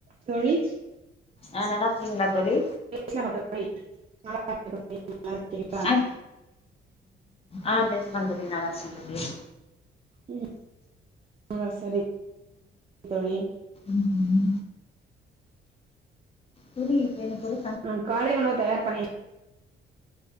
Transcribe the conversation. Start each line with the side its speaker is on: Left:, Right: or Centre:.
Right: தோழி
Left: ஆ, நல்லா இருக்கீங்களா தோழி?
Right: பேசல மா தோழி நல்லா இருக்க தோழி நல்லா இருக்கீங்களா
Left: ஆ ஆ பேசலாம் தோழி நல்லா இருக்க தோழி
Right: ம் அ சரி தோழி
Left: உஹும் தோழி இப்ப எனக்கொரு
Right: நா காலை உணவு தயார் பண்ணி